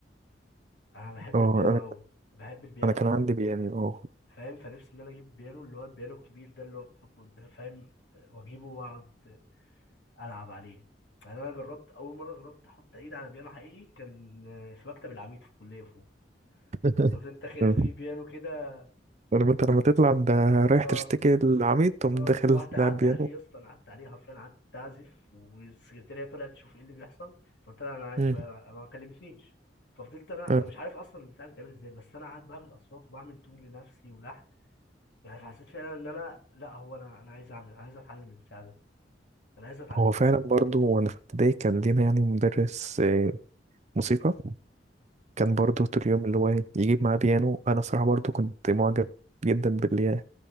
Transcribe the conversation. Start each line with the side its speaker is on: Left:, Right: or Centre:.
Left: انا بحب
Right: اه
Left: البيانو
Right: أنا
Left: قوي بحب البيانو
Right: أنا كان عندي بي- يعني اه
Left: فاهم فنفسي ان انا اجيب بيانو اللي هو البيانو الكبير ده اللي هو بتحطه قدام فاهم واجيبه واقعد العب عليه يعني انا جربت اول مره جربت احط ايد على بيانو حقيقي كان آه، في مكتب العميد في الكليه فوق
Right: <laughs>
Left: شفت انت كان
Right: مم.
Left: في بيانو كده
Right: عارف انت لما تطلع ده رايح
Left: اه
Right: تشتكي للعميد تقوم
Left: اه
Right: داخل
Left: رحت قعدت
Right: لاعب بيانو
Left: عليه يا اسطى انا قعدت عليه حرفيا قعدت اعزف والسكرتيره طلعت تشوف ايه اللي بيحصل فقلت لها انا قاعد
Right: مم.
Left: شويه انا ما كلمتنيش ففضلت انا
Right: آه.
Left: انا مش عارف اصلا البتاع بيتعمل ازاي بس انا قاعد بعمل اصوات وبعمل تون لنفسي ولحن يعني حسيت فعلا ان انا لا هو انا انا عايز اعمل انا عايز اتعلم البتاع ده انا عايز اتعلم
Right: هو فعلا برضو وانا في ابتدائي كان لينا يعني مدرس آه، موسيقى كان برضو طول اليوم اللي هو يجيب معاه بيانو انا صراحة برضو كنت معجب جدا باللي